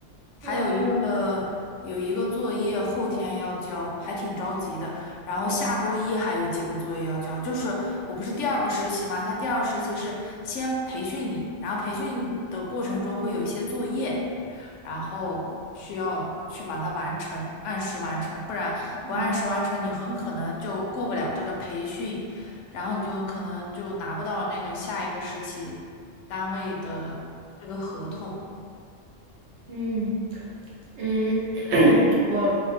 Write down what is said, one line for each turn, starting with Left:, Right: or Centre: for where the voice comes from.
Left: 还有一个有一个作业后天要交，
Right: 嗯，
Left: 还挺着急的。然后下周一还有几个作业要交，
Right: 对，
Left: 就是我不是第二个实习嘛，他第二个实习是先培训你，然后培训的过程中会有一些作业，然后需要去把它完成，按时完成，不然不按时完成，
Right: 嗯
Left: 你很可能就过不了这个培训，然后你就可能就拿不到那个下一个实习单位的这个合同。
Right: 嗯嗯，我